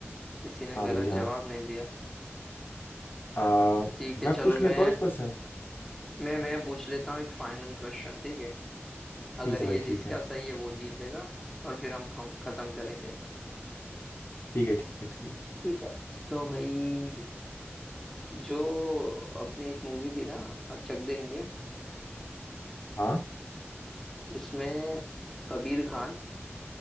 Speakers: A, in the centre; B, on the left (about 50°).
A: किसी ने
B: हाँ
A: गलत
B: भाई हाँ
A: जवाब नहीं दिया
B: आ,
A: ठीक है
B: मैं
A: चलो
B: पूछ लूँ
A: मैं
B: एक और क्वेश्चन
A: मैं मैं पूछ लेता हूँ एक फाइनल क्वेश्चन ठीक है
B: ठीक
A: अगर
B: है
A: ये
B: भाई ठीक
A: जिसका
B: है
A: सही है वो जीतेगा और फिर हम खम- खत्म करेंगे
B: ठीक है ठीक है ठीक है
A: ठीक है तो भाई जो अपनी एक मूवी थी ना चक दे इंडिया
B: हाँ
A: उसमें कबीर खान